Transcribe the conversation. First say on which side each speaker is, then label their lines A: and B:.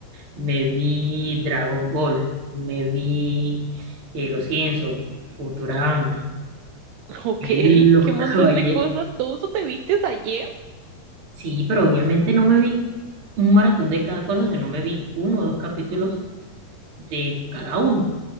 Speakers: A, on the right; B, on the right.
A: me vi Dragon Ball, me vi eh, Los Simpsons, Futurama,
B: <laughs> Ok,
A: y Los
B: qué montón
A: Caballeros.
B: de cosas. ¿Todo eso te vistes ayer?
A: Sí, pero obviamente no me vi un maratón de cada cosa, sino me vi uno o dos capítulos de cada uno.